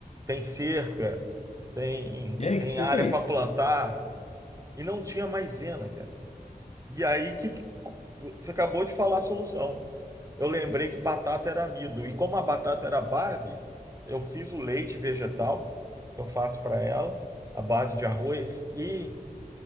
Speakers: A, on the right; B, on the left.
A: tem cerca, tem,
B: E aí,
A: tem
B: o que que você
A: área
B: fez?
A: para plantar. E não tinha maisena, cara. E aí que que- você acabou de falar a solução. Eu lembrei que batata era amido. E como a batata era a base, eu fiz o leite vegetal, que eu faço para ela, a base de arroz. E